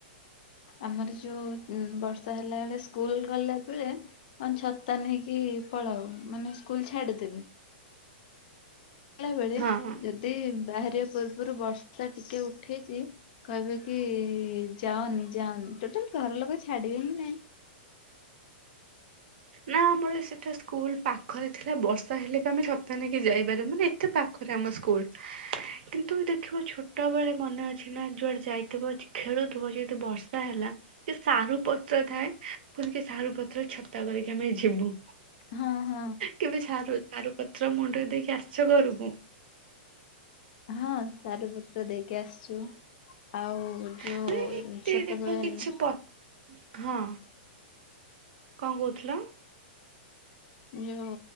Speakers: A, on the left; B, on the right.
A: ଆମର ଯୋଉ ଉନ ବର୍ଷା ହେଲା ବେଳେ ସ୍କୁଲ ଗଲା ବେଳେ ମାନେ ଛତା ନେଇକି ପଳାଉ ମାନେ ସ୍କୁଲ ଛାଡିଦେବେ ଗଲା ବେଳେ
B: ହଁ
A: ଯଦି ବାହାରିବା ପୂର୍ବରୁ ବର୍ଷା ଟିକେ ଉଠେଇଚି କହିବେ କି ଯାଅନି ଯାଅନି ଟୋଟାଲ ଘର ଲୋକ ଛାଡିବେ ହିଁ ନାଇଁ
B: ନା ଆମର ସେଟା ସ୍କୁଲ ପାଖରେ ଥିଲା ବର୍ଷା ହେଲେ ବି ଆମେ ଛତା ନେଇକି ଯାଇପାରିବୁ ମାନ ଏତେ ପାଖ ରାମ ସ୍କୁଲ୍। କିନ୍ତୁ ଦେଖିବ ଛୋଟବେଳେ ମନେ ଅଛି ନା ଯୁଆଡେ ଯାଇଥିବ ଖେଳୁଥିବ ଯେହେତୁ ବର୍ଷ ର୍ଷା ହେଲା କି ସାରୁ ପତ୍ର ଥାଏ କି ସାରୁ ପତ୍ର ଛତା କରିକି କେମିତି ଯିବୁ
A: ହଁ ହଁ।
B: କେବେ ସାରୁ ସାରୁ ପତ୍ର ମୁଣ୍ଡରେ ଦେଇକି ଆସିଛ ଘରକୁ?
A: ହଁ ସାରୁ ପତ୍ର ଦେଇକି ଆସିଛୁ। ଆଉ ଯୋଉ
B: ମାନେ ଏମିତି
A: ଛୋଟବେଳେ
B: ଦେଖ
A: ନ
B: କିଛି ପ ହଁ କଣ କହୁଥିଲ?
A: ଯୋଉ